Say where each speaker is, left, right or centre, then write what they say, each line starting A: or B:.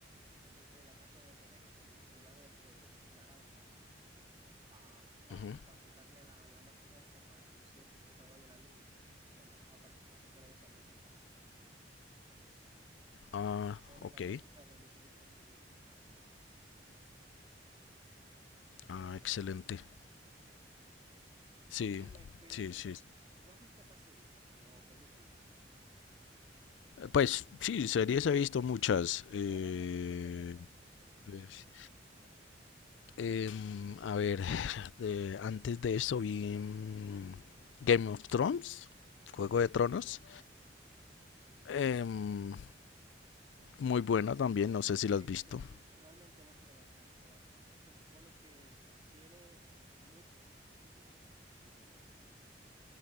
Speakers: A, on the right (about 30°); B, on the left (about 85°).
A: dentro de la casa de, de Vector, el villano este de naranja, para pa,
B: ujú.
A: pa pa quitarle la, la máquina esta para reducir de tamaño la luna. Bueno, apare- po- se ponen esa música.
B: Ah,
A: Ponen
B: ok.
A: la música de Misión Imposible.
B: Ah, excelente.
A: Ok.
B: Sí,
A: Y dime que
B: sí, sí.
A: no has visto más series, dijiste, o películas.
B: Pues sí, series he visto muchas. eh,
A: Ah, bueno, pues cuéntame otra, otra serie.
B: pues, em, a ver, de- antes de eso vi mm, Game of Thrones, Juego de Tronos.
A: Ok.
B: em, muy buena también, no sé si
A: Sí,
B: la has visto.
A: yo sé, mm, realmente no quiero verla, o sea, se supone que tiene muchos, muchos desnudos, se supone.